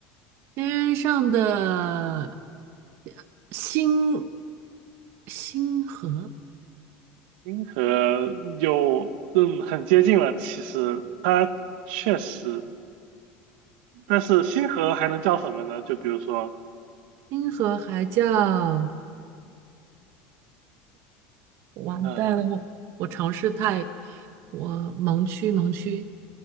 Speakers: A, on the right; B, on the right.
A: 天上的呃星星河，
B: 银河有，嗯，很接近了。其实它确实，但是星河还能叫什么呢？就比如说，
A: 星河还叫。完蛋了，
B: 嗯，
A: 我我尝试太，我盲区盲区，